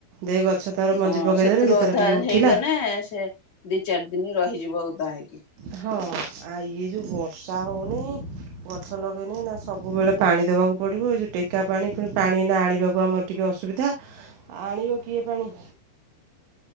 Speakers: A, on the right; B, on the left.
A: ଦେ ଗଛ ତାର
B: ହଁ
A: ମଞ୍ଜି ପକାଇଦେଲେ
B: ସେଥିରୁ
A: ସେ ତାର
B: ଅଧା
A: ଟିକେ ଉଠିଲା
B: ହେଇଗଲେ ସେ ଦି ଚାରି ଦିନ ରହିଯିବ ଓଧା ହେଇକି।
A: ହଁ ଆ ଇଏ ଯୋଉ ବର୍ଷା ହଉନି ଗଛ ଲଗେଇନି ନା ସବୁବେଳେ ପାଣି ଦବାକୁ ପଡିବ ଏଇ ଯୋଉ ଟେକା ପାଣି ପୁଣି ପାଣି ନା ଆଣିବାକୁ ଆମର, ଟିକିେ ଅସୁବିଧା ଆଣିବ କିଏ ପାଣି